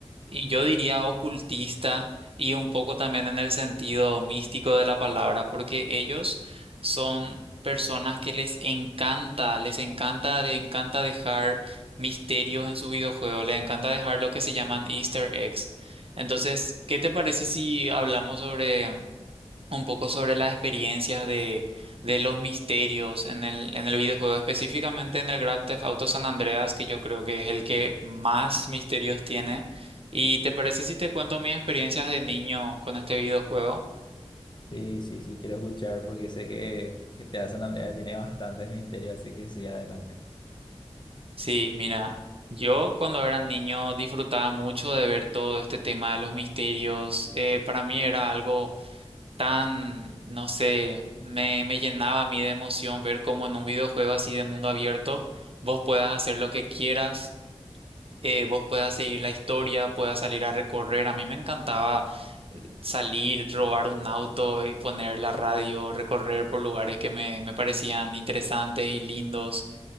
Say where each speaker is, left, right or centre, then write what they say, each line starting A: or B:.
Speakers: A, on the right; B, on the left.
A: y yo diría ocultista, y un poco también en el sentido místico de la palabra, porque ellos son personas que les encanta, les encanta, les encanta dejar misterios en sus videojuegos, les encanta dejar lo que se llaman Easter eggs. Entonces, ¿qué te parece si hablamos sobre un poco sobre las experiencias de, de los misterios en el, en el videojuego, específicamente en el Grand Theft Auto San Andreas, que yo creo que es el que más misterios tiene. ¿Y te parece si te cuento mis experiencias de niño con este videojuego?
B: Sí, sí, sí, quiero escuchar porque sé que, que te San Andrea tiene bastantes misterios, así que sí, adelante.
A: Sí, mira, yo cuando era niño disfrutaba mucho de ver todo este tema de los misterios. Eh, para mí era algo tan, no sé, me, me llenaba a mí de emoción ver cómo en un videojuego así de mundo abierto vos puedas hacer lo que quieras, eh, vos puedas seguir la historia, puedas salir a recorrer. A mí me encantaba eh, salir, robar un auto y poner la radio, recorrer por lugares que me, me parecían interesantes y lindos.